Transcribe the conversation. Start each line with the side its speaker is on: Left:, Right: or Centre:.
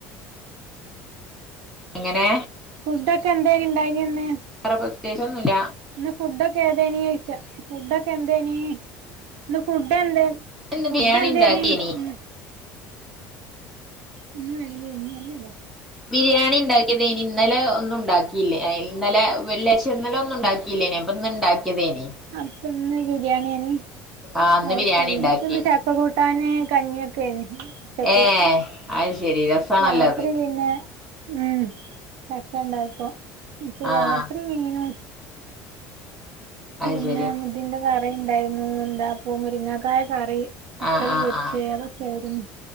Centre: എങ്ങനെ
Right: ഫുഡൊക്കെ എന്തെ ഉണ്ടായിന്ന്
Centre: വേറെ പ്രത്യേകിച്ച് ഒന്നുല്ല
Right: ഇന്ന് ഫുഡൊക്കെ ഏതേനീ ചോയ്ച്ച ഫുഡൊക്കെ എന്തേനി ഇന്ന് ഫുഡ് എന്തെ
Centre: ഇന്ന്
Right: ഫുഡ്
Centre: ബിരിയാണി
Right: എന്തേനീ
Centre: ഇണ്ടാക്കേനി
Right: ഉം ഇന്ന് വെള്ളി ഇനിയല്ലല്ലോ
Centre: ബിരിയാണി ഉണ്ടാക്കിയതെനി ഇന്നലെ ഒന്നും ഉണ്ടാക്കിയില്ല ഇന്നലെ വെള്ളിയാഴ്ച ഇന്നലെ ഒന്നു ഉണ്ടാക്കി ഇല്ലേന അപ്പൊ ഇന്ന് ഉണ്ടാക്കിയതേനി
Right: അപ്പഇന്ന് ബിരിയാണിയാണ്
Centre: ആഹ് ഇന്ന്
Right: അത്
Centre: ബിരിയാണി
Right: ശെരി
Centre: ഇണ്ടാക്കി
Right: എനിക്കിന്ന് ചക്ക കൂട്ടാന് കഞ്ഞിയൊക്കേനി ഉച്ചക്ക്
Centre: ഏഹ് അത് ശെരി രസാണല്ലോ
Right: രാത്രി
Centre: അത്
Right: പിന്നെ ഉം ചക്കണ്ടായപ്പോ ഇപ്പ
Centre: ആഹ്
Right: രാത്രി മീനും പിന്നെ
Centre: അത് ശരി
Right: ഇതിന്റെ കറിണ്ടായിന്നു എന്താപ്പോ മുരിങ്ങാക്കായ കറി ബത്തല്
Centre: ആഹ് ആഹ്
Right: പൊരിച്ചേ
Centre: ആഹ്
Right: അതൊക്കെയിരുന്നു